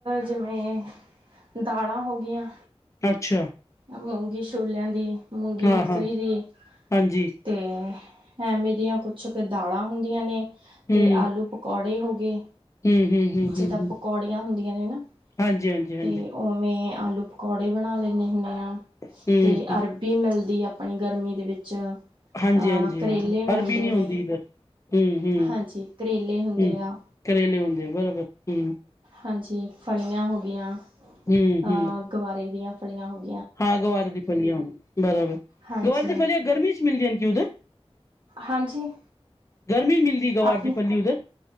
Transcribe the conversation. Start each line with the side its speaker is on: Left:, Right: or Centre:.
Right: ਜਿਵੇਂ ਦਾਲਾਂ ਹੋ ਗਈਆਂ
Left: ਅੱਛਾ
Right: ਮੂੰਗੀ ਛੋਲਿਆਂ ਦੀ ਮੂੰਗੀ
Left: ਹਾਂ
Right: ਮਸਰੀ
Left: ਹਾਂ
Right: ਦੀ
Left: ਹਾਂਜੀ
Right: ਤੇ ਐਵੇਂ ਦੀਆਂ ਕੁਛ ਕੁ ਦਾਲਾਂ ਹੁੰਦੀਆਂ ਨੇ ਤੇ
Left: ਹਮ
Right: ਆਲੂ -ਪਕੌੜੇ ਹੋ ਗਏ
Left: ਹਮ ਹਮ ਹਮ
Right: ਜਿੱਦਾਂ
Left: ਹਮ ਹਮ
Right: ਪਕੋੜੀਆਂ ਹੁੰਦੀਆਂ ਨੇ ਨਾ
Left: ਹਾਂਜੀ ਹਾਂਜੀ ਹਾਂਜੀ
Right: ਤੇ ਉਹਵੇਂ ਆਲੂ ਪਕੌੜੇ ਬਣਾ ਲੈਂਦੇ ਹੁੰਦੇ ਹਾਂ
Left: ਹਮ
Right: ਤੇ ਅਰਬ -ਅਰਬੀ ਮਿਲਦੀ ਆਪਣੀ ਗਰਮੀ ਦੇ ਵਿੱਚ ਅ
Left: ਹਾਂਜੀ ਹਾਂਜੀ
Right: ਕਰੇਲੇ
Left: ਹਾਂ ਹਾਂ
Right: ਮਿਲਦੇ
Left: ਅਰਬੀ ਨਹੀਂ
Right: ਨੇ
Left: ਹੁੰਦੀ ਇੱਧਰ ਹਮ ਹਮ
Right: ਹਾਂਜੀ, ਕਰੇਲੇ ਹੁੰਦੇ
Left: ਹਮ
Right: ਆ
Left: ਕਰੇਲੇ ਹੁੰਦੇ ਆ ਬਰਾਬਰ ਹਮ
Right: ਹਾਂਜੀ, ਫਲੀਆਂ ਹੋ ਗਈਆਂ
Left: ਹੁੰ-ਹੁੰ
Right: ਹ ਗਵਾਰੇ ਦੀਆਂ ਫਲੀਆਂ ਹੋਆਂ
Left: ਹਾਂ ਗਵਾਰ ਦੀ ਫਲੀਆਂ ਬਰਾਬਰ
Right: ਹਾਂਜੀ
Left: ਗਵਾਰੀ ਦੀ ਫਲੀਆਂ ਗਰਮੀ ਚ ਮਿਲਦੀ ਹਨ ਕਿ ਉਦਰ
Right: ਹਾਂਜੀ
Left: ਗਰਮੀ'ਚ' ਮਿਲਦੀ ਗਵਾਰ
Right: ਆਪਣੇ
Left: ਦੀ ਫਲੀ ਉਧਰ